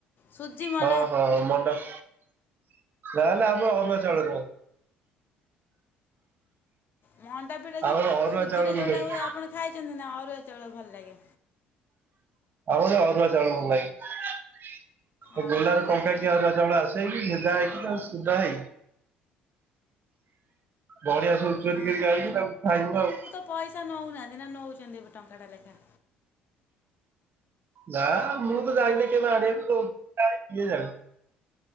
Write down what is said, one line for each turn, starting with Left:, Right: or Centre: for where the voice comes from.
Left: ସୁଜି ମଣ୍ଡା
Right: ହଁ ହଁ ମଣ୍ଡା ନହେଲେ ଆମର ଅରୁଆ ଚାଉଳରେ ହବ।
Left: ମଣ୍ଡା ପିଟା ଯୋଉ
Right: ଆମର ଅରୁଆ
Left: ସୁଜିରେ
Right: ଚାଉଳ ଗୁଣ୍ଡ।
Left: ଯେଉଁଟା ହୁଏ ଆପଣ ଖାଇଛନ୍ତି ନା ଅରୁଆ ଚାଉଳ ଭଲ ଲାଗେ?
Right: ଆଉ ମତେ ଅରୁଆ ଚାଉଳ ଭଲ ଲାଗେ ସେ
Left: ଅଢ଼େଇଶ
Right: ବେଲାରେ ଟଙ୍କାକିଆ
Left: ଅଢ଼େଇଶ
Right: ଅରୁଆ ଚାଉଳ ଆସେ ଯାଉଚ କି ଯାଇଲ ସୁଦା ଭାଇ ବଢିଆ ସବୁ ଚୋରି
Left: ହଁ
Right: କରି
Left: ହଁ
Right: ଆଲେଣି ତାକୁ ଖାଇବୁ ଆଉ।
Left: ପଇସା ନୋଉନାହାନ୍ତି ନା ନୋ ଉଛନ୍ତି ଏବେ ଟଙ୍କାଟେ ଲେଖାଁ?
Right: ନା ମୁଁ ତ ଜାଇନି କେବେ ଆଣିବାକୁ କିଏ ଯାଏ?